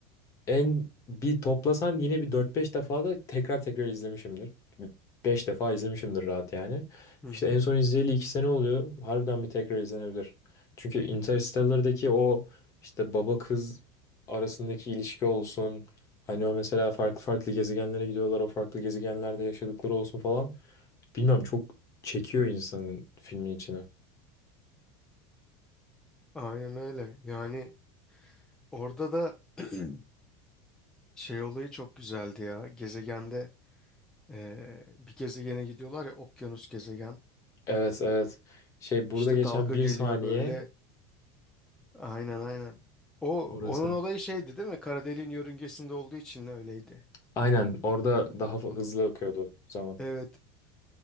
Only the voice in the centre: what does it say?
Hı hı.
Aynen öyle. Yani orada da <clears throat> şey olayı çok güzeldi ya. Gezegende eee, bir gezegene gidiyorlar ya okyanus gezegen.
İşte
dalga
geliyor
böyle. Aynen aynen. O
onun olayı şeydi değil mi? Kara deliğin yörüngesinde olduğu için öyleydi.
Evet.